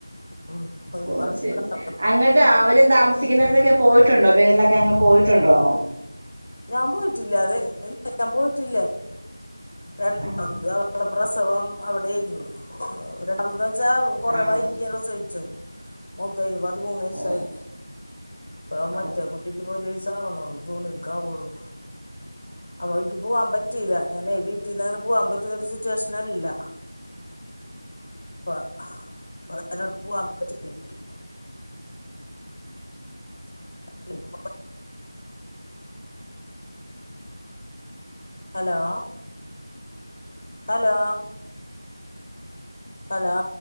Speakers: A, on the left (about 40°); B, on the right (about 35°).
A: ഉം. ഒരു
B: ഓ
A: മാസം
B: സരി
A: ഉണ്ടാവില്ലേ?
B: അങ്ങട്ട് അവരും താമിക്കുന്നടത്തൊക്കെ
A: ഉം.
B: പോയിട്ടുണ്ടോ ബഹറിലൊക്കെ അങ് പോയിട്ടുണ്ടോ
A: ഞാൻ പോയിട്ടില്ല അതെ ഇല്ല ഞാൻ പോയിട്ടില്ല രണ്ടാമത്
B: ആഹ്
A: അവളുടെ പ്രസവം അവിടെയിരുന്നു രണ്ട് മൂന്നന്ന് വെച്ചാ കൊറ
B: ആഹ്
A: വൈകിയാണ് സഹിച്ചു മൂത്തയ്ൻ പതിമൂന്ന് വയസ്സായി
B: ഓ
A: ഇപ്പ മറ്റേ
B: ഓ
A: കുട്ടിക്കിപ്പൊ ഒരു വയസ്സ് ആവണള്ളൂ ജൂണിൽ കാവൊള്ളൂ അപ്പൊ എനിക്ക് പോവാൻ പറ്റില്ല ഞാനേ വീട്ടിൽന്ന് അങ്ങനെ പോവാൻ പറ്റുന്നരു സിറ്റുവേഷനല്ല
B: <inaudible>
A: അപ്പ <unintelligible> പോവാൻ പറ്റില്ല എനിക്ക് <unintelligible> ഹലോ ഹലോ ഹലോ